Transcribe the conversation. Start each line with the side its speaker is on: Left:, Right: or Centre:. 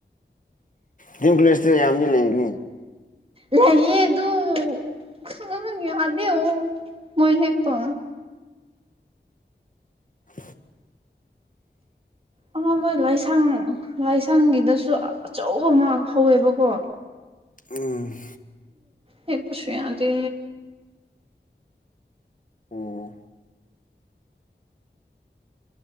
Left: ꯗꯤ ꯑꯦꯝ ꯀꫭꯂꯦꯁꯇ ꯌꯥꯝꯗꯤ ꯂꯩꯕꯅꯦ
Right: ꯂꯩꯌꯦ ꯑꯗꯨ ꯈꯨꯡ ꯌꯥꯗꯦ ꯑꯃꯨꯛ ꯃꯣꯏ ꯍꯦꯛ ꯄ
Left: <unintelligible>
Right: ꯑꯃ ꯃꯣꯏ ꯂꯥꯏꯁꯪ ꯂꯥꯏꯁꯪꯒꯤꯗꯁꯨ ꯑꯆꯧꯕ ꯑꯃ ꯍꯧꯋꯦꯕꯀꯣ
Left: ꯎꯝ
Right: ꯍꯦꯛ ꯄꯁꯨ ꯌꯥꯗꯦ
Left: ꯑꯣꯑꯣ